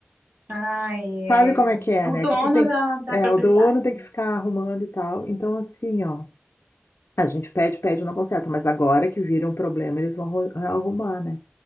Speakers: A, on the right (about 50°); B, on the left (about 80°).
A: Ai, é...
B: Sabe como é que é,
A: O
B: né?
A: dono
B: Que tu tem
A: da,
B: que,
A: da
B: é,
A: propriedade.
B: o dono tem que ficar arrumando e tal. Então, assim, ó, a gente pede, pede, não conserta, mas agora que vira um problema, eles vão arru- arrumar, né?